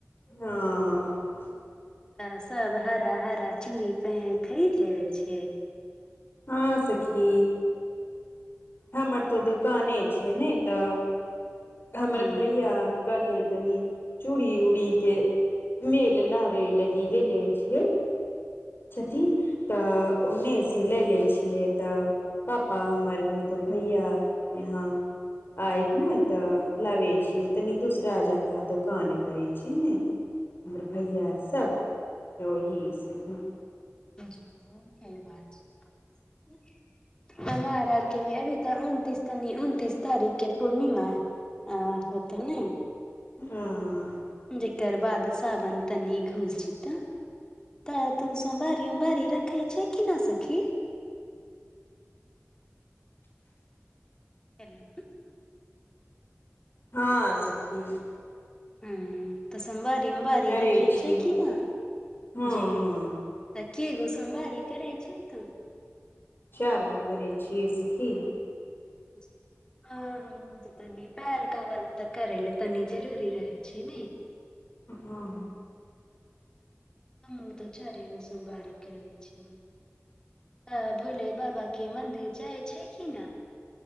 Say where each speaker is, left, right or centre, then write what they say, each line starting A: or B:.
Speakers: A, on the left; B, on the left.
A: हँ हँ
B: तऽ सब हरा हरा चूड़ी पे खरीद लेेवे छिये
A: हँ सखी हमर तऽ दुकाने छै नेय तऽ हमर
B: जे
A: भैया कल्हे तनि चूड़ी उड़ी के मेल लाबे लागी गेले छियै छथि तऽ ओ मे सँ लेऽ लैय छियै तऽ पापा हमर मे तऽ भैया यहाँ आयत नऽ तऽ लाबे छियै तनी दूसरा जगह दोकान करे छि ने हमर भैया अर सभ तऽ ओही सखी
B: क बात छै हमार आरके भी अभी तऽ उनतीस तनी उनतीस तारिख के पूर्णिमा है आ होथ नै
A: आ
B: जेकर बाद साावन तनी घूस जित। तऽ तू सोमवारी उमवारी रखै छैय कि ना सखी? हेलो
A: हँ सखी।
B: ह्म तऽ सोमवारी उमवारी
A: करै
B: रखै
A: छियै
B: छैय कि न
A: हँ
B: जी।
A: हँ
B: त केय‌ गो सोमबारि रहै छ तु?
A: चार गो करैय छियै सखि।
B: <inaudible> <unintelligible> करे ल तनी जररी रहै छैय ने।
A: हँ
B: हम तऽ चारेगो सोमवारि कारै छियै। आ भोले बाबा के मंदिर जाइ छैय कि न?